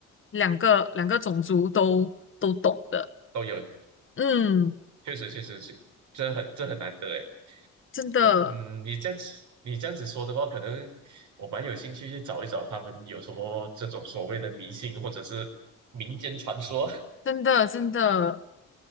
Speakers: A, on the left; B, on the right.
A: 两个两个种族都都懂的，
B: 都有，
A: 嗯，
B: 确实确实，这这很这很难得哎。
A: 真的
B: 但嗯，你这样子你这样子说的话，可能我蛮有兴趣去找一找他们有什么这种所谓的迷信或者是民间传说。
A: 真的真的，